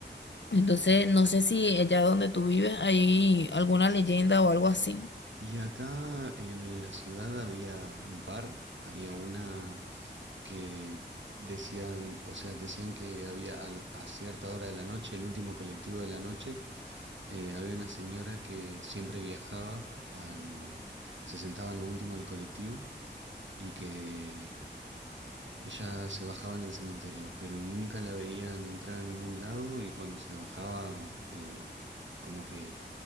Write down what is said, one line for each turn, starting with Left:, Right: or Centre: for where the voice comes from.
Left: Entonces, no sé si allá donde tú vives hay alguna leyenda o algo así.
Right: Y acá en la ciudad había un par, había una que decían, o sea, decían que había al- a cierta hora de la noche, el último colectivo de la noche, eh, había una señora que siempre viajaba al, se sentaba en lo último del colectivo y que ella se bajaba en el cementerio, pero nunca la veían entrar a ningún lado y cuando se bajaba, eh, como que